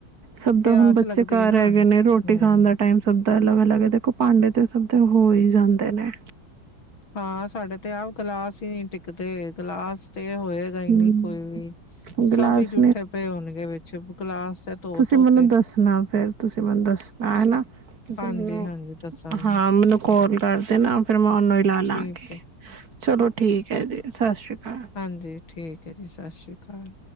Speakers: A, on the right; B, on the left.
A: ਸਭ
B: ਪਿਆਸ
A: ਦਾ ਹੁਣ ਬੱਚੇ
B: ਲੱਗਦੀ
A: ਘਰ
B: ਹੈ ਨਾ
A: ਹੈਗੇ ਨੇ ਰੋਟੀ
B: ਹੂੰ।
A: ਖਾਣ ਦਾ ਟਾਈਮ ਸਭ ਦਾ ਅਲੱਗ-ਅਲੱਗ ਏ ਦੇਖੋ ਭਾਂਡੇ ਤੇ ਸਭ ਦੇ ਹੋਈ ਜਾਂਦੇ ਨੇ।
B: ਹਾਂ ਸਾਡੇ ਤੇ ਆਪ ਗਿਲਾਸ ਈ ਨੀ ਟਿਕਦੇ ਗਿਲਾਸ ਤੇ ਹੋਏ
A: ਹਮ
B: ਨੀ ਕੋਈ ਵੀ
A: ਗਿਲਾਸ
B: ਸਭ ਈ ਜੂਠੇ ਪਏ ਹੋਣਗੇ ਵਿੱਚ ਗਲਾਸ ਧੋ-ਧੋ
A: ਤੁਸੀ ਮੈਨੂੰ
B: ਕੇ।
A: ਦੱਸਣਾ ਫੇਰ ਤੁਸੀ ਮੈਨੂੰ ਦੱਸਣਾ ਹੈਨਾ ਤੁਸੀ
B: ਹਾਂਜੀ-ਹਾਂਜੀ
A: ਮੈਨੂੰ
B: ਦੱਸਾਂਗੀ
A: ਹਾਂ ਮੈਨੂੰ ਕੋਲ ਕਰਦੇ ਨਾ ਫੇਰ ਮੈਂ ਓਨੂੰ ਈ ਲਾ ਲਾਂਗੀ
B: ਠੀਕ ਹੈ,
A: ਚਲੋ ਠੀਕ ਏ ਜੀ ਸਤਿ ਸ਼੍ਰੀ ਅਕਾਲ।
B: ਹਾਂਜੀ ਠੀਕ ਏ ਜੀ ਸਤਿ ਸ਼੍ਰੀ ਅਕਾਲ।